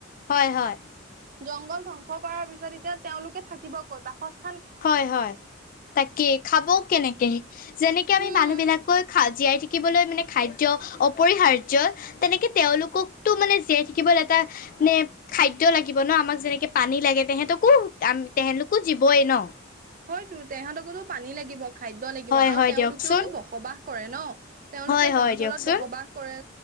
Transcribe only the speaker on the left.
হয় হয়
হয়-হয়, তাকে খাবও কেনেকে, যেনেকে আমি
মানুহ বিলাক <unintelligible> জীয়াই থাকিবলৈ মানে খাদ্য অপৰিহাৰ্য। তেনেকে তেওঁলোককটো মানে জীয়াই থাকিবলৈ এটা নে খাদ্য লাগিব ন আমাক যেনেকে পানী লাগে। তেহেতকো তেহেঁতলোকো জীৱই ন।
হয়
হয়
দিয়কচোন
হয় হয়
দিয়কচোন